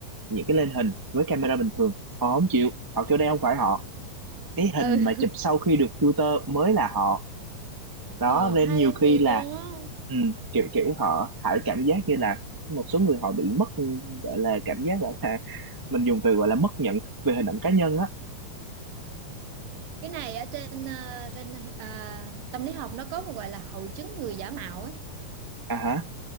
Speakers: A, on the right; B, on the right.
A: những cái lên hình với camera bình thường họ không chịu họ kêu đây không phải họ cái hình
B: ừ <laughs>
A: mà chụp sau khi được filter mới là họ đó
B: ồ
A: nên
B: hay
A: nhiều
B: thiệt
A: khi là
B: luôn á
A: ừ, kiểu kiểu họ hại cảm giác như là một số người họ bị mất gọi là cảm giác gọi là à, mình dùng từ gọi là mất nhận về hình ảnh cá nhân á
B: cái này ở trên ờ, trên ờ, tâm lý học nó có một gọi là hội chứng người giả mạo ấy
A: à hả